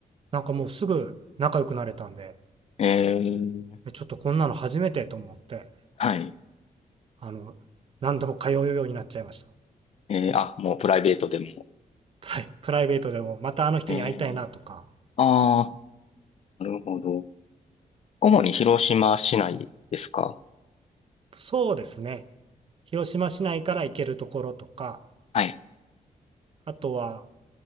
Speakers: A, on the right (about 40°); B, on the left (about 45°).
A: なんかもうすぐ仲良くなれたんで、
B: ええ、
A: えちょっとこんなの初めてと思って、
B: はい。
A: あの、何度も通うようになっちゃいました。
B: ええ、あ、もうプライベートでも。
A: プライ、プライベートでも、またあの人に会いたいなとか、
B: ええ、ああ、なるほど。主に広島市内ですか
A: そうですね。広島市内から行けるところとか、
B: はい。
A: あとは、